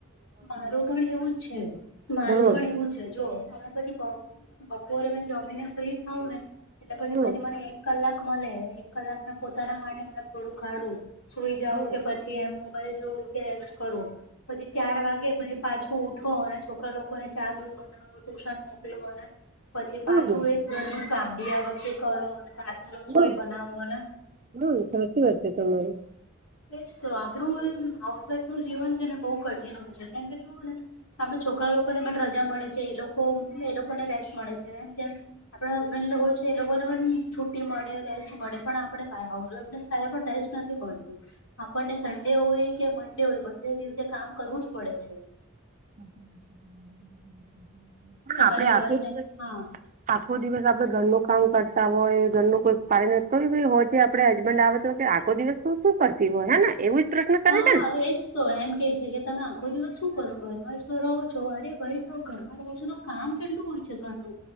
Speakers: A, on the left; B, on the right.
A: મારું પણ એવું જ છે, મારુ
B: હમ
A: પણ એવું છે જો પછી બપોરે મે જમીને ફ્રી ખાવં ને એટલે પછી
B: હમ
A: ખાલી કલાક મળે એક કલાક પોતાના માટે મ થોડું કાઢું સુઈ જવું
B: હમ
A: કે પી પછી એમ મોબાઈલ જોવુ, કે રેસ્ટ કરો પછી ચાર વાગે કે પછી પાછું ઉઠો અને છોકરા, લોકોને ચા દૂધ બનાવો ટુશન મોકલો અને પછી
B: હમ
A: પાછું એ જ ઘરનું કામ દીવા બત્તી કરો અને રસોઈ
B: હમ
A: બનાવોને
B: હમ સાચી વાત છે તમારી
A: એજ તો આપણું હાઉસવાઈફ નું જીવન છે ને બહુ કઠિન હોય છે કેમ કે જુઓને આપણા છોકરા લોકોને પણ રજા મળે છે, એ લોકો એ લોકોને રેસ્ટ મળે છેમ જેમ આપણા હસબેન્ડ હોય છે એ લોકોને પણ છુી મળે રેસ્ટ મળે પણ આપડે એ ત્યારે પણ ટેસ્ટ નથી મળતું આપણને સન્ડે હોય, કે મન્ડે હોય બધે દિવસે કામ કરવું જ પડે છે.
B: પણ
A: તમારી
B: આપડે આખો
A: અવાજ
B: દસ
A: નથી હા
B: આખો દિવસ આપડે ઘરનું કામ કરતા હોય ઘરનું કોઈ પાણીય બી હોય છે આપડે હસબન્ડ આવે તો દિવસ શું કરતી હોય હે ને એવું જ પ્રશ્ન કરે
A: હા
B: છે ને
A: એ જ તો એમ કે છે કે તમે આખો દિવસ શું કરો ઘરમાં જ તો રહો છો, અરે ભાઈ તો ઘરમાં રહો છો તો કામ કેટલું હોય છે, ઘરનુ